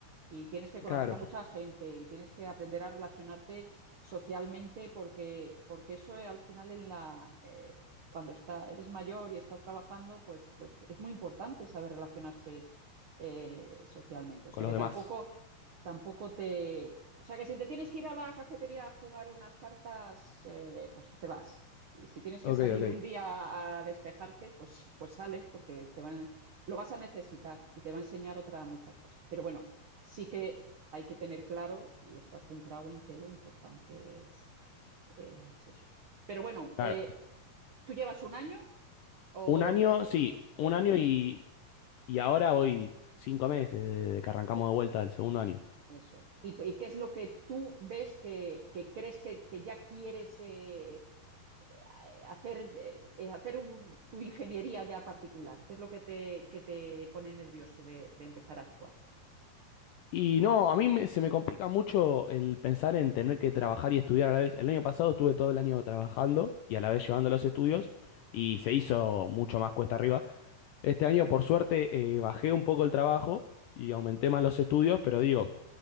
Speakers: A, on the right; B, on the left.
A: y tienes que conocer
B: Claro,
A: a mucha gente y tienes que aprender a relacionarte socialmente porque, porque eso eh, al final en la, eh, cuando está, eres mayor y estás trabajando, pues, pues es muy importante saber relacionarse eh, socialmente. O
B: con
A: sea
B: los
A: que
B: demás.
A: tampoco, tampoco te... O sea que si te tienes que ir a la cafetería a jugar unas cartas, eh, pues te vas. Y si tienes que
B: Ok,
A: salir
B: ok.
A: un día a despejarte, pues, pues sales porque te van, lo vas a necesitar y te va a enseñar otra muchas cosas. Pero bueno, sí que hay que tener claro y estar centrado en que lo importante es, es eso. Pero bueno,
B: Claro.
A: eh, tú llevas un año o
B: Un año,
A: una- es, eh,
B: sí, un
A: eh,
B: año
A: comple-
B: y, y ahora voy cinco
A: el-
B: meses desde que arrancamos
A: de-
B: de vuelta del segundo año.
A: eso es. ¿Y, y qué es lo que tú ves que, que crees que, que ya quieres eh, eh, hacer, eh, hacer un- tu ingeniería ya particular? ¿Qué es lo que te, que te pone nervioso de, de empezar a actuar?
B: Y no, a mí me- se me complica mucho el pensar en tener que trabajar y estudiar a la vez. El año pasado estuve todo el año trabajando y a la vez llevando los estudios y se hizo mucho más cuesta arriba. Este año, por suerte, eh, bajé un poco el trabajo y aumenté más los estudios, pero digo,